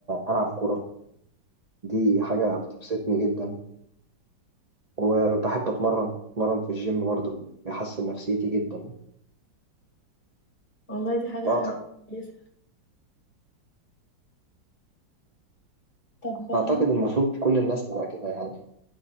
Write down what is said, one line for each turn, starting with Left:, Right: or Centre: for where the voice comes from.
Right: ألعب كورة دي حاجة بتبسطني جدا وبحب أتمرن أتمرن في الجيم برضه بيحسن نفسيتي جدا
Left: والله دي حاجة
Right: أعتقد
Left: كويسة طب عن-
Right: أعتقد المفروض كل الناس تبقى كده يعني